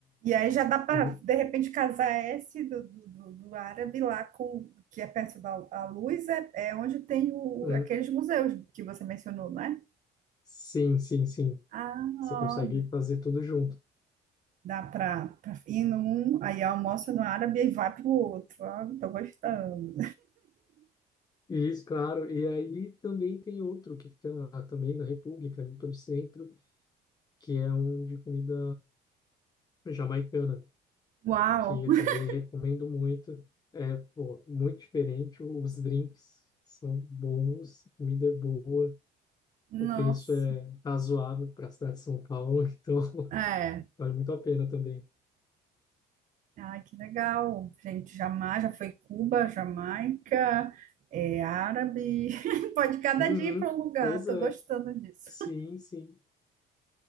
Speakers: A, on the right; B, on the left.
A: e aí já dá para,
B: hum,
A: de repente, casar esse do, do, do- do árabe lá com, que é perto da a luz, é, é onde tem o,
B: hum,
A: aqueles museus que você mencionou, né
B: sim, sim, sim.
A: Ah,
B: Você
A: ó,
B: consegue fazer tudo junto.
A: dá para ir num, aí almoça no árabe e vai pro outro. Ah, tô gostando.
B: Isso, claro. E aí também tem outro que fica também na República, ali pelo centro, que é um de comida jamaicana,
A: Uau!
B: que
A: <laughs>
B: eu também recomendo muito. É, pô, muito diferente. Os drinks são bons, a comida é boa,
A: Nossa!
B: o preço é razoável para a cidade de São Paulo, <laughs> então
A: É.
B: vale muito a pena também.
A: Ai, que legal. Gente, jamais, já foi Cuba, Jamaica, é árabe. <laughs> Pode cada
B: Uhum,
A: dia ir para um lugar,
B: pois
A: tô
B: é,
A: gostando disso.
B: sim, sim,